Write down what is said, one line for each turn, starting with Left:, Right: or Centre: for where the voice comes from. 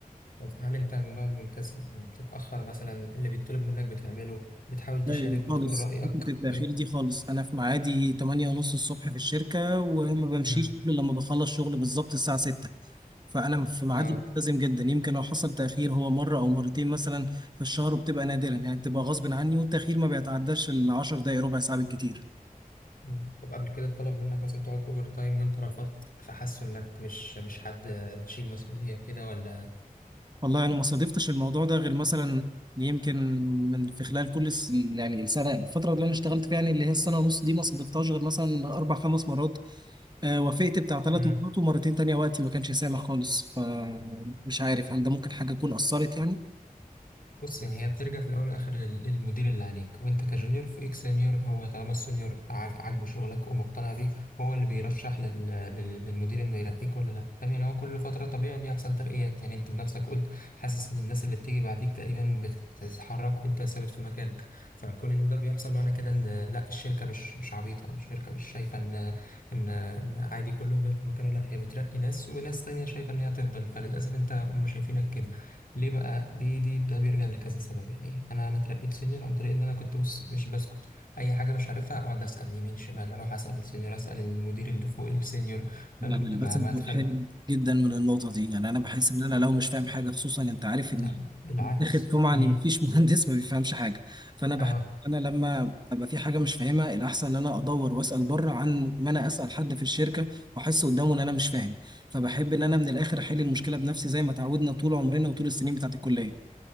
Left: طب هل انت من النوع الملتزم يعني بتتأخر مثلا اللي بيطلب منك بتعمله بتحاول تشارك
Right: ايوه
Left: بتقول
Right: خالص
Left: رأيك
Right: حته التاخير
Left: كده
Right: دي خالص انا في ميعادي 8 ونص الصبح في الشركه وما بمشيش
Left: امم
Right: الا لما بخلص شغل بالظبط الساعه 6 فانا في ميعادي
Left: اه
Right: ملتزم جدا يمكن لو حصل تاخير هو مره او مرتين مثلا في الشهر وبتبقى نادرا يعني بتبقى غصب عني والتاخير ما بيتعداش ال 10 دقائق ربع ساعه بالكتير
Left: مم. طب قبل كده اتطلب منك مثلا تقعد اوفر تايم وانت رفضت فحسوا انك مش مش حد تشيل مسؤولية كده ولا
Right: والله انا ما صادفتش الموضوع ده غير مثلا يمكن من في خلال كل الس... يعني السنه الفتره اللي انا اشتغلت فيها يعني اللي هي السنه ونص دي ما صادفتهاش غير مثلا اربع خمس مرات آه وافقت بتاع ثلاث
Left: امم
Right: مرات ومرتين تانية وقتي ما كانش سامح خالص فمش عارف هل ده ممكن حاجه تكون اثرت يعني
Left: بص يعني هي بترجع في الاول والاخر لل- للمدير اللي عليك وانت كجونيور فوقيك سينيور هو طالما السينيور عاج- عاجبه شغلك ومقتنع بيك هو اللي بيرشح لل... لل- للمدير انه يرقيك ولا لا فاهم يعني هو كل فتره طبيعي ان يحصل ترقيات يعني انت بنفسك قلت حاسس ان الناس اللي بتيجي بعديك تقريبا بتتحرك وانت ثابت في مكانك فكون ان ده بيحصل معنى كده ان لا الشركه مش مش عبيطه او الشركه مش شايفه ان ان ان عادي كله يفضل في مكانه لا هي بترقي ناس وناس تانية شايفه ان هي تفضل فللاسف انت هم شايفينك كده ليه بقى دي دي ده بيرجع لكذا سبب يعني انا انا اترقيت سينيور عن طريق ان انا كنت بص مش بسكت اي حاجه مش عارفها اقعد اسال يمين شمال اروح اسال السينيور اسال المدير اللي فوق السينيور فاهم؟
Right: انا للاسف
Left: ما ما
Right: بتحرج
Left: اتخل
Right: جدا من النقطه دي يعني انا بحس ان انا لو مش فاهم حاجه خصوصا انت عارف
Left: لا
Right: ان
Left: بالعكس
Right: واخد سمعة
Left: امم
Right: ان مفيش مهندس ما بيفهمش حاجه فانا بحس
Left: اه
Right: انا لما ابقى في حاجه مش فاهمها الاحسن ان انا ادور واسال بره عن ما انا اسال حد في الشركه واحس قدامه ان انا مش فاهم فبحب ان انا من الاخر احل المشكله بنفسي زي ما اتعودنا طول عمرنا وطول السنين بتاعت الكليه